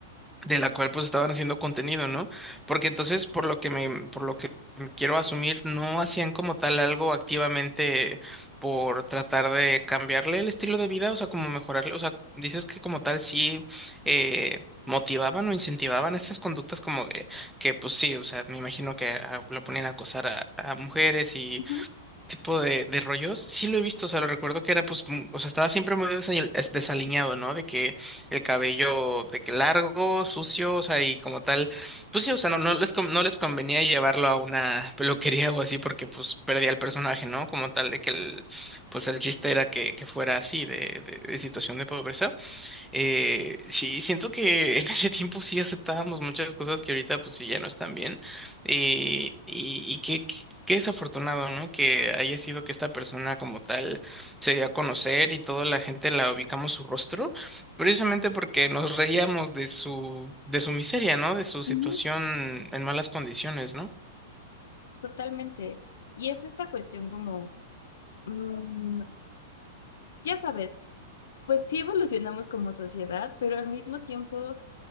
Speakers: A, in the centre; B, on the left (about 65°).
A: de la cual pues estaban haciendo contenido, ¿no? Porque entonces, por lo que me, por lo que quiero asumir, no hacían como tal algo activamente por tratar de cambiarle el estilo de vida, o sea, como mejorarle, o sea, dices que como tal sí eh, motivaban o incentivaban estas conductas como de que pues sí, o sea, me imagino que a- lo ponían a acosar a, a mujeres y
B: Ujú,
A: tipo de, de rollos, sí lo he visto, o sea, lo recuerdo que era, pues, mm, o sea, estaba siempre muy desa- es- desaliñado, ¿no? De que el cabello, de que largo, sucio, o sea, y como tal, pues sí, o sea, no, no les, con- no les convenía llevarlo a una peluquería o así porque, pues, perdía el personaje, ¿no? Como tal, de que el, pues, el chiste era que, que fuera así, de, de, de situación de pobreza. Eh, sí, siento que en <laughs> ese tiempo sí aceptábamos muchas cosas que ahorita pues sí ya no están bien. Eh, y, y qué, qué qué desafortunado, ¿no? Que haya sido que esta persona como tal se dio a conocer y toda la gente la ubicamos su rostro, precisamente porque nos reíamos de su, de su miseria, ¿no? De su situación
B: ujú.
A: en malas condiciones, ¿no?
B: Totalmente. Y es esta cuestión como, mm, ya sabes, pues sí evolucionamos como sociedad, pero al mismo tiempo...